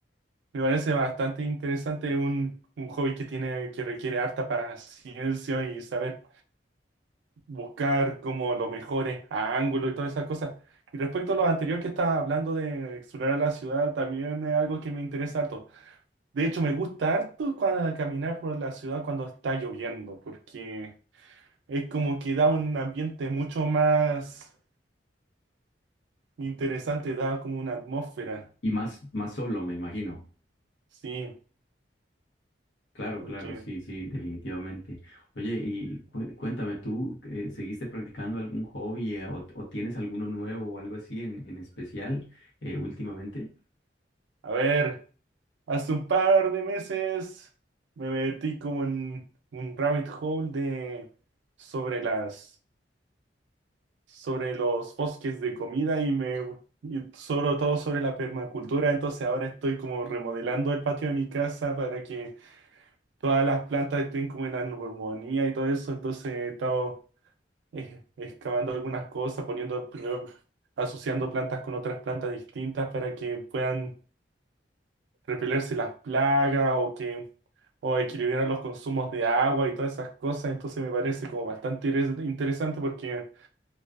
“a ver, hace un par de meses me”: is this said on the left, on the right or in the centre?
Right